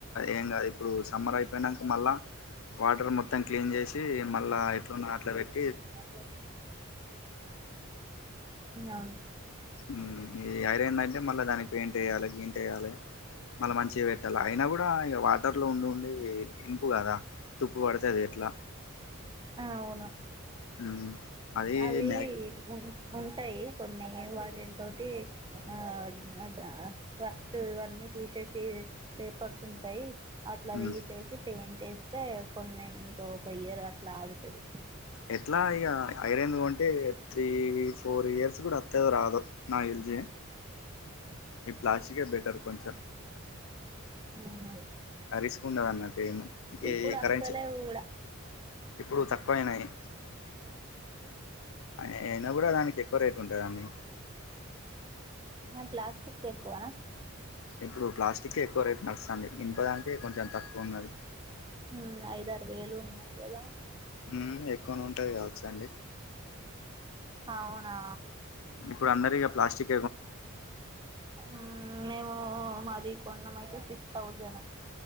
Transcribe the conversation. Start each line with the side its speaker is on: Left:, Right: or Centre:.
Left: ఏం ఇప్పుడు సమ్మర్ అయిపోయినాక మళ్ళా వాటర్ మొత్తం క్లీన్ చేసి మళ్ళా ఎట్లున్నదో అట్లా పెట్
Right: మ్ అవును
Left: మ్ ఈ ఐరన్ దయితె మళ్ళ దానికి పెంటేయాలె గింటేయలే మళ్ళీ మంచిగా పెట్టాలి అయినా కూడా ఇగ వాటర్ లో ఉండి ఉండి ఇనుము కదా తుప్పు పడుతది ఎట్లా
Right: అవును
Left: మ్మ్ అది
Right: అవి
Left: మ్యాగ్
Right: ఉన్ ఉం టాయి కొన్ని వాటితోటి ఆ అ ఫస్ట్ ఇవన్నీ తీసే సి పేపర్స్ ఉంటాయి అట్లా
Left: మ్మ్
Right: తీసేసి పెయింటేస్తే కొన్ని ఇంక ఒక ఇయర్ అట్లా ఆగుతది
Left: ఎట్లా ఇగ ఐరన్ ది కొంటే త్రీ ఫోర్ ఇయర్స్ కూడా ఓత్తదో రాదో నాకు తెలిసి ఈ ప్లాస్టికే బెటర్ కొంచెం
Right: ఆహా
Left: ఆ రిస్క్ ఉండదన్నట్టు ఇనుము ఈ
Right: ఇప్పుడు
Left: కరెన్
Right: వస్తలేవు కూడా
Left: ఇప్పుడు తక్కువయినాయి అయినా కూడా దానికి ఎక్కువ రేట్ ఉంటదండి
Right: మరి ప్లాస్టిక్ కేేక్కువనా
Left: ఇప్పుడు ప్లాస్టిక్ ఎక్కువ రేటు నడుస్తది ఇనుప దానికి కొంచెం తక్కువ ఉన్నది
Right: మ్ ఐయిదరు వేలు ఉన్నాయి కదా
Left: మ్ ఎక్కువ నే ఉంటాది కావచ్చు అండి
Right: అవునా
Left: ఇప్పుడు అందరిగా ప్లాస్టిక్
Right: మ్ మేము మ్ మాది కొన్నం అయితే సిక్స్ థౌజండ్